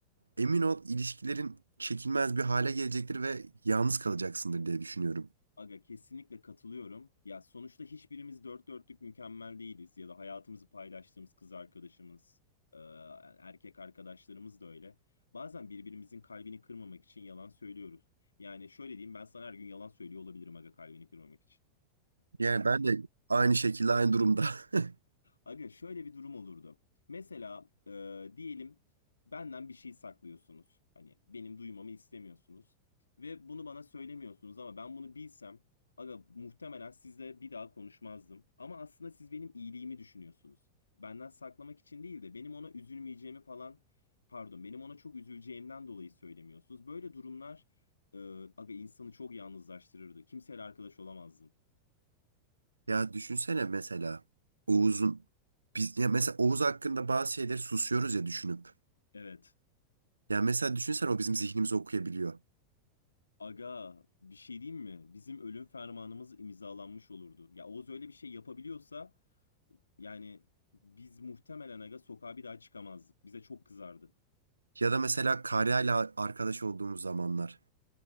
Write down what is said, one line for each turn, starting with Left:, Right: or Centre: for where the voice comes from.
Right: emin ol ilişkilerin çekilmez bir hale gelecektir ve yalnız kalacaksındır diye düşünüyorum.
Left: Aga kesinlikle katılıyorum. Ya sonuçta hiçbirimiz dört dörtlük mükemmel değiliz ya da hayatımızı paylaştığımız kız arkadaşımız, e, erkek arkadaşlarımız da öyle. Bazen birbirimizin kalbini kırmamak için yalan söylüyoruz. Yani şöyle diyeyim ben sana her gün yalan söylüyor olabilirim aga kalbini kırmamak için.
Right: Yani ben de aynı şekilde aynı durumda. <laughs>
Left: Aga şöyle bir durum olurdu. Mesela e, diyelim benden bir şey saklıyorsunuz. Hani benim duymamı istemiyorsunuz. Ve bunu bana söylemiyorsunuz ama ben bunu bilsem aga muhtemelen sizle bir daha konuşmazdım. Ama aslında siz benim iyiliğimi düşünüyorsunuz. Benden saklamak için değil de benim ona üzülmeyeceğimi falan pardon benim ona çok üzüleceğimden dolayı söylemiyorsunuz. Böyle durumlar e, aga insanı çok yalnızlaştırırdı. Kimseyle arkadaş olamazdın.
Right: Ya düşünsene mesela Oğuz'un biz ya mesela Oğuz hakkında bazı şeyleri susuyoruz ya düşünüp.
Left: Evet.
Right: Ya mesela düşünsene o bizim zihnimizi okuyabiliyor.
Left: Aga bir şey diyeyim mi? Bizim ölüm fermanımız imzalanmış olurdu. Ya Oğuz öyle bir şey yapabiliyorsa yani biz muhtemelen aga sokağa bir daha çıkamazdık. Bize çok kızardı.
Right: Ya da mesela Karya'yla arkadaş olduğumuz zamanlar.